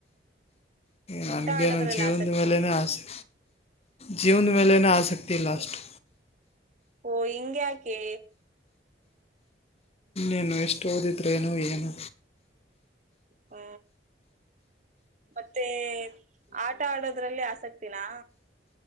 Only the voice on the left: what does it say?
ನನಗೆ
ನನ್ನ ಜೀವನದ
ಮೇಲ ಆಸೆ ಜೀವಂದು ಮೇಲೆನ ಆಸಕ್ತಿ ಇಲ್ಲಾ ಅಷ್ಟು
ನಾನೆಷ್ಟು ಓದಿದ್ರೆ ಏನು ಏನು